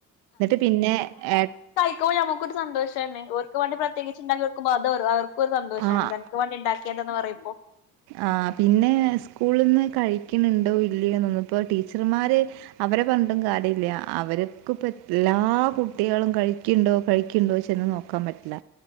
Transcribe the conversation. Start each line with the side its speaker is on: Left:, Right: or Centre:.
Right: എന്നിട്ട് പിന്നെ എ
Left: ഓൽക്കെ നമുക്കൊരു സന്തോഷാണ് ഒർക്ക് വേണ്ടി പ്രത്യേകിച്ചുണ്ടാക്കി കൊടുക്കുമ്പെ അതവർ അവർ ഇൻക്കൊരു സന്തോഷാണ്
Right: ആഹ്
Left: ഇത് അനക്ക് വാണ്ടി ഇണ്ടാക്കിയതെന്ന് പറയുമ്പോ
Right: ആഹ് പിന്നെ സ്കൂള്ന്ന് കഴിക്ക്ണുണ്ടോ ഇല്ലയോ എന്നൊന്നിപ്പോ ടീച്ചർമാര് അവരെ പറഞ്ഞിട്ടും കാര്യല്ല അവർക്ക് ഇപ്പോ എല്ലാ കുട്ടികളും കഴി ക്ക്ണ്ടോ കഴിക്ക്ണ്ടോ ചെന്ന് നോക്കാൻ പറ്റില്ല